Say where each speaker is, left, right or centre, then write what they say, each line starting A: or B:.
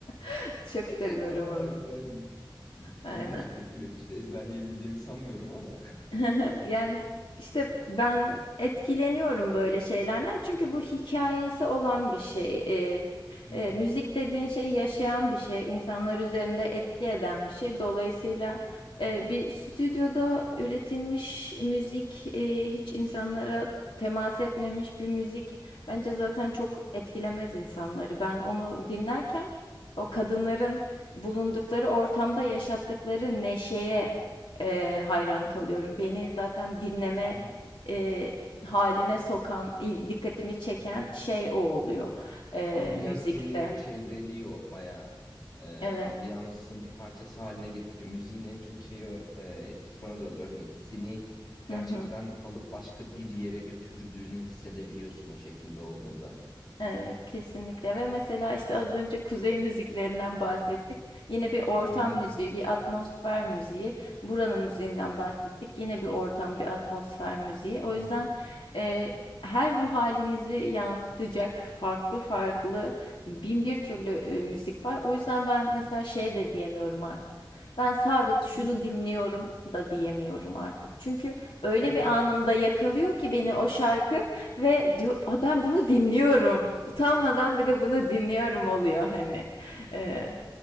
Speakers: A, on the left; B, on the left.
A: <laughs> Çok
B: <laughs>
A: seviyorum
B: Aa,
A: onu.
B: harikaymış.
A: Aynen.
B: Beni de çok etkilemişti. Ezberleyebileceğimi sanmıyorum ama.
A: <laughs> Yani işte ben etkileniyorum böyle şeylerden çünkü bu hikayesi olan bir şey. Ee,
B: <laughs> Hı
A: e,
B: hı,
A: müzik dediğin şey yaşayan bir şey, insanlar üzerinde etki eden bir şey. Dolayısıyla
B: hı hı,
A: e, bir stüdyoda üretilmiş müzik, e, hiç insanlara temas etmemiş bir müzik bence zaten çok etkilemez insanları. Ben onu dinlerken o kadınların bulundukları ortamda yaşattıkları neşeye e, hayran kalıyorum. Beni zaten dinleme
B: hı hı,
A: e, haline sokan, il- dikkatimi çeken şey o oluyor
B: hı hı.
A: e,
B: Ambiyans
A: müzikte.
B: seni çevreliyor bayağı. Ee,
A: Evet.
B: ambiyansın bir parçası haline getiriyor. Müziğin en çok şeyi o, e, etkisi bana da oluyor. Hani seni gerçekten
A: Hı hı.
B: alıp başka bir yere götürdüğünü hissedebiliyorsun o şekilde olduğunda.
A: Evet kesinlikle ve mesela işte az önce kuzey müziklerinden bahsettik. Yine bir ortam
B: Hı hı,
A: müziği, bir atmosfer müziği. Buranın müziğinden bahsettik. Yine bir ortam, bir atmosfer müziği. O yüzden
B: hı
A: e, her ruh halimizi yansıtacak farklı farklı bin bir türlü e, müzik var. O yüzden ben mesela şey de diyemiyorum artık. Ben sabit şunu
B: hı.
A: dinliyorum da diyemiyorum artık. Çünkü öyle
B: Evet.
A: bir anımda yakalıyor ki beni o şarkı. Ve diyor, "Aa, ben bunu dinliyorum. Utanmadan bir de bunu dinliyorum oluyor hani. Ee,